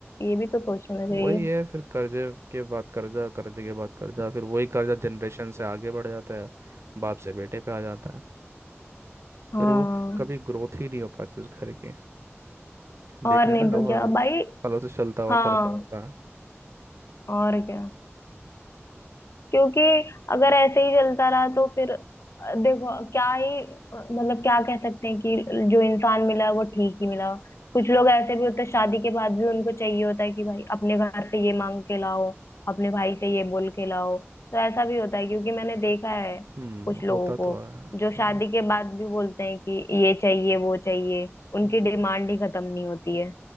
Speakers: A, on the left (about 70°); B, on the right (about 65°).
A: ये भी तो सोचना चाहिए
B: वही है फिर कर्जे के बाद कर्जा कर्जे के बाद कर्जा फिर वही कर्जा जनरेशन से आगे बढ़ जाता है बाप से बेटे पे आ जाता है
A: हाँ
B: फिर वो कभी ग्रोथ ही नहीं हो पाती उस घर की
A: और
B: देखा
A: नहीं
B: है ना लोहा
A: तो क्या भाई
B: पलों से चलता हुआ
A: हाँ
B: कर्जा होता है
A: और क्या क्योंकि अगर ऐसे ही चलता रहा तो फिर अ, देखो क्या ही अ, मतलब क्या कह सकते हैं कि जो इंसान मिला वो ठीक ही मिला कुछ लोग ऐसे भी होते हैं शादी के बाद भी उनको चाहिए होता है कि भाई अपने घर से ये मांग के लाओ अपने भाई से ये बोल के लाओ तो ऐसा भी होता है क्योंकि मैंने देखा है
B: हम्म
A: कुछ लोगों
B: होता
A: को
B: तो है
A: जो शादी
B: हो-
A: के बाद भी बोलते हैं कि ये चाहिए वो चाहिए उनकी
B: हम्म
A: डिमांड ही खत्म नहीं होती है